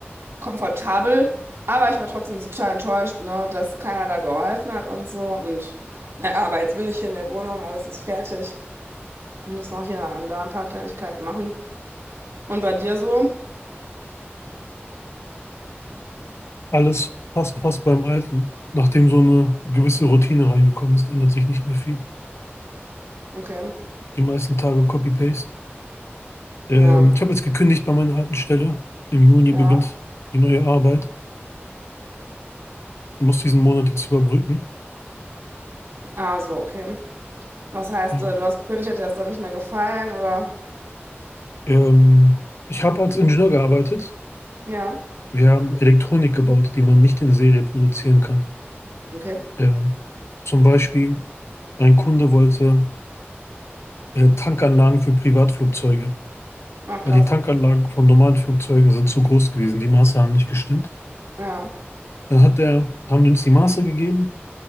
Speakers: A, on the right; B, on the left.
A: komfortabel, aber ich war trotzdem total enttäuscht, ne, dass keiner da geholfen hat und so. Und naja, aber jetzt bin ich hier in der Wohnung, alles ist fertig. Ich muss noch hier und da ein paar Kleinigkeiten machen. Und bei dir so?
B: alles fast, fast beim Alten. Nachdem so eine gewisse Routine reingekommen ist, ändert sich nicht mehr viel.
A: Okay.
B: Die meisten Tage Copy-Paste. Ähm,
A: Ja.
B: ich habe jetzt gekündigt bei meiner alten Stelle. Im Juni
A: Ja.
B: beginnt die neue Arbeit. Ich muss diesen Monat jetzt überbrücken.
A: Ah, so, okay. Was heißt,
B: Ja.
A: äh, du hast gekündigt, hat dir das dann nicht mehr gefallen oder?
B: Ähm, ich habe als Ingenieur gearbeitet.
A: Ja.
B: Wir haben Elektronik gebaut, die man nicht in Serie produzieren kann.
A: Okay.
B: Ähm, zum Beispiel, ein Kunde wollte äh, Tankanlagen für Privatflugzeuge.
A: Ach,
B: weil
A: krass.
B: die Tankanlagen von normalen Flugzeugen sind zu groß gewesen. Die Maße haben nicht gestimmt.
A: Ja.
B: Dann hat der, haben die uns die Maße gegeben.